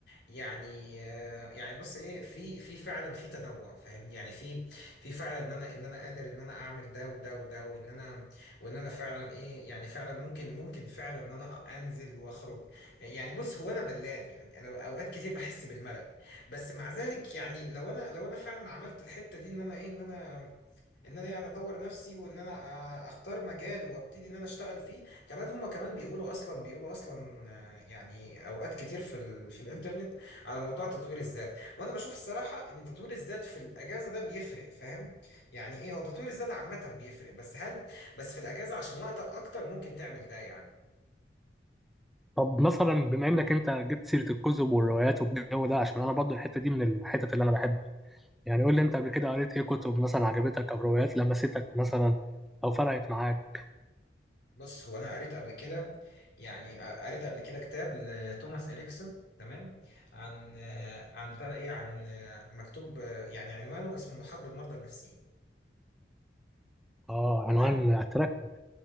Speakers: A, on the left (about 75°); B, in the centre.
A: يعني آه، يعني بص ايه في في فعلا في تنوع فاهمني يعني في في فعلا ان انا ان انا قادر ان انا اعمل ده وده وده وان انا وان انا فعلا ايه يعني فعلا ممكن ممكن فعلا ان انا انزل واخرج يعني بص هو انا ملان يعني انا اوقات كتير بحس بالملل بس مع ذلك يعني لو انا لو انا فعلا عملت الحتة دي ان انا ايه ان انا ان انا يعني اطور نفسي وان انا آه، اختار مجال وابتدي ان انا اشتغل فيه كمان هما كمان بيقولوا اصلا بيقولوا اصلا آه، يعني اوقات كتير في ال في الانترنت على موضوع تطوير الذات وانا بشوف الصراحه ان تطوير الذات في الاجازه ده بيفرق فاهم يعني ايه هو تطوير الذات عامه بيفرق بس هل بس في الاجازه عشان وقتك اكتر ممكن تعمل ده يعني
B: طب مثلا بما انك انت جبت سيره الكتب والروايات والجو ده عشان انا برضو الحته دي من الحتت اللي انا بحبها يعني قول لي انت قبل كده قريت ايه كتب مثلا عجبتك او روايات لمستك مثلا او فرقت معاك
A: بص هو انا قريت قبل كده يعني قريت قبل كده كتاب لتوماس اريكسون تمام عن عن بتاع ايه عن مكتوب يعني عنوانه اسمه محاط بالمرضى النفسيين
B: اه
A: تمام
B: عنوان اتراكتيف